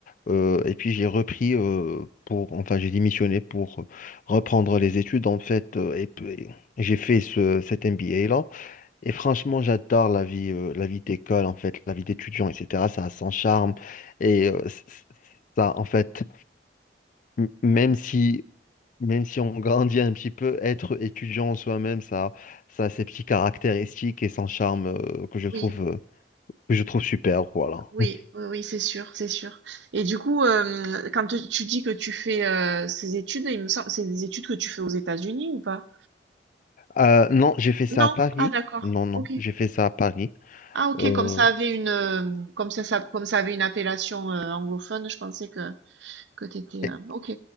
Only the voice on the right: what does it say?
Oui,
oui,
oui, oui, c'est sûr, c'est sûr. Et du coup, euh, quand tu tu dis que tu fais euh, ces études, il me semble, c'est des études que tu fais aux États-Unis ou pas?
Non?
Ah, d'accord.
Ok.
Ah, ok.
Comme ça avait une, euh, comme ça, ça- comme ça avait une appellation euh, anglophone, je pensais que. Que tu étais,
euh, OK,